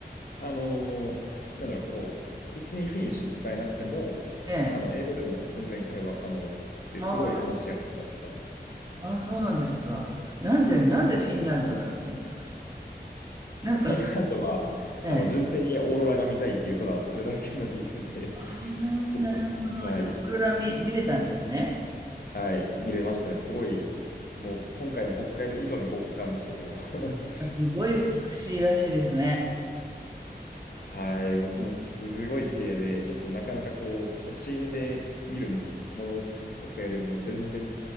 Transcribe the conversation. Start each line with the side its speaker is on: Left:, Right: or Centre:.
Left: あの、なんだろう、こう、別にフィニッシュ使えなくても、
Right: ええ。
Left: あの、英語でも全然会話可能ってすごい話しやすかったです。
Right: ああ、そうなんですか。なんで、なんでフィンランドだったんですか。なんか、
Left: フィンランドは、
Right: ええ。
Left: あの、純粋にオーロラが見たいっていう、ただそれだけの理由で、
Right: ああ、
Left: ちょっと、
Right: なるほど。
Left: はい、
Right: じゃあ、オーロラ見、見れたんですね。
Left: はい、見れましたね。すごい、もう今回の北海道以上に極寒でしたけど。<laughs>
Right: すごい美しいらしいですね。
Left: はい、もうすごい綺麗で、ちょっとなかなかこう、写真で見るものとかよりも全然